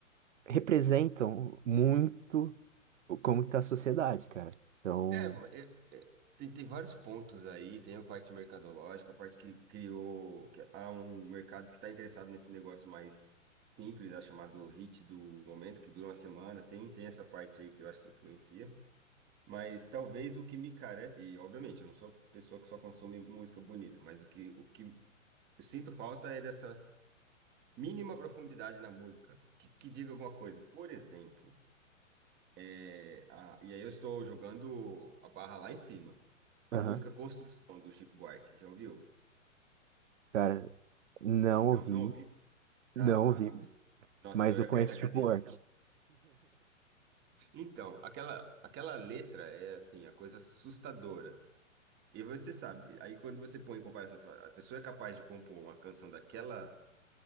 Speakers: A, on the right (about 65°); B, on the right (about 25°).
A: representam muito o- como está a sociedade, cara. Então,
B: é, é, é, tem, tem vários pontos aí, tem a parte mercadológica, a parte que criou, que há um mercado que está interessado nesse negócio mais simples, né, chamado hit do momento, que dura uma semana, tem, tem essa parte aí que eu acho que influencia. Mas talvez o que me carece, e obviamente eu não sou pessoa que só consome música bonita, mas o que, o que eu sinto falta é dessa mínima profundidade na música, que, que diga alguma coisa. Por exemplo, é, a- e aí eu estou jogando a barra lá em cima. A
A: aham,
B: música Construção do Chico Buarque, já ouviu?
A: Cara, não
B: Não,
A: ouvi,
B: não ouvi?
A: não
B: Já?
A: ouvi,
B: Ah, ouvi. Nossa,
A: mas
B: não, eu
A: eu
B: ia
A: conheço
B: cair da cadeira.
A: tipo, o Work.
B: Então, aquela, aquela letra é assim, a coisa assustadora. E você sabe, aí quando você põe em comparação, você fala, a pessoa é capaz de compor uma canção daquela